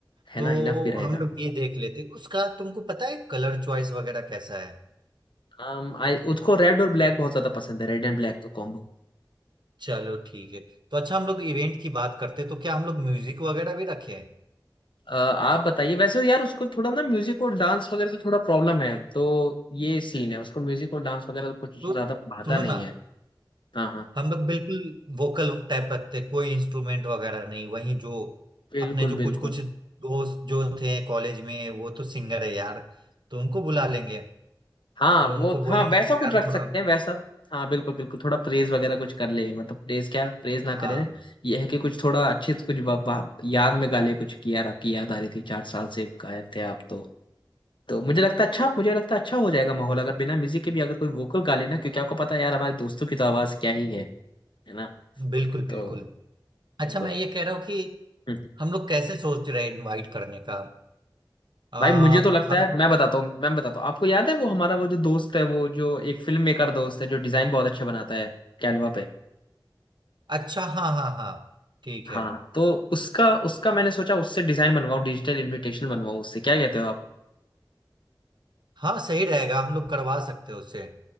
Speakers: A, on the left; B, on the right.
A: है
B: तो
A: ना इनफ भी रहेगा
B: हम लोग ये देख लेते उसका तुमको पता है कलर चॉइस वगैरह कैसा है
A: um, I, उसको रेड और ब्लैक बहुत ज्यादा पसंद है रेड एंड ब्लैक का कॉम्बो
B: चलो ठीक है तो अच्छा हम लोग इवेंट की बात करते हैं, तो क्या हम लोग म्यूजिक वगैरह भी रखे हैं
A: आप बताइए वैसे यार उसको थोड़ा ना म्यूजिक और डांस वगैरह से थोड़ा प्रॉब्लम है तो ये सीन है उसको म्यूजिक और डांस वगैरह कुछ
B: तो
A: ज्यादा भाता
B: सुनो
A: नहीं
B: ना
A: है हाँ हाँ
B: हम लोग बिल्कुल वोकल टाइप रखते हैं, कोई इंस्ट्रूमेंट वगैरह नहीं वहीं जो
A: बिल्कुल
B: अपने जो
A: बिल्कुल
B: कुछ कुछ दोस्त जो थे कॉलेज में वो तो सिंगर है यार तो उनको बुला लेंगे
A: हाँ
B: और उनको
A: वो
B: बोलेंगे
A: हाँ वैसा
B: कि यार
A: कुछ रख
B: थोड़ा
A: सकते हैं वैसा हाँ बिल्कुल बिल्कुल थोड़ा प्रेज वगैरह कुछ कर ले मतलब प्रेज क्या प्रेज ना
B: हाँ
A: करें ये है कि कुछ थोड़ा अच्छे से कुछ वा- वा- याद में गाले कुछ किया रखी याद आ रही थी चार साल से गायब थे आप तो तो मुझे लगता है अच्छा मुझे लगता है अच्छा हो जाएगा माहौल अगर बिना म्यूजिक के भी अगर कोई वोकल गा लेना क्योंकि आपको पता है यार हमारे दोस्तों की तो आवाज क्या ही है है ना
B: बिल्कुल बिल्कुल
A: तो
B: अच्छा
A: बिल्कुल
B: मैं ये कह रहा हूँ कि
A: हम्म, हम्म।
B: हम लोग कैसे सोच रहे हैं इनवाइट करने का आ,
A: भाई मुझे तो लगता
B: हम
A: है
B: लोग
A: मैं बताता हूँ मैं बताता हूँ आपको याद है वो हमारा वो जो दोस्त है वो जो एक फिल्म मेकर दोस्त है जो डिजाइन बहुत अच्छा बनाता है कैनवा पे
B: अच्छा हाँ हाँ हाँ ठीक
A: हाँ
B: है
A: तो उसका उसका मैंने सोचा उससे डिजाइन बनवाऊं डिजिटल इनविटेशन बनवाऊं उससे क्या कहते हो आप
B: हाँ सही रहेगा हम लोग करवा सकते हैं उससे